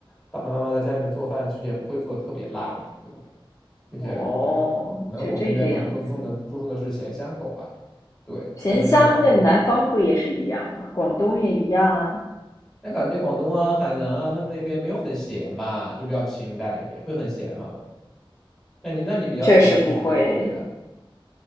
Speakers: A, in the centre; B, on the left.
A: 爸爸妈妈在家里面做饭，其实也不会做得特别辣嘛，对吧？并且对，
B: 哦，
A: 可能我们那边可能更重的注重的是咸香口吧，
B: 是这个样子。
A: 对。
B: 咸香的南方不也是一样吗？
A: 但是在广东，
B: 广东也一样啊。
A: 那感觉广东啊、海南啊，他们那边没有很咸吧，就比较清淡一点，会很咸吗？那你那你比较喜欢吃什么样口味的？
B: 确实不会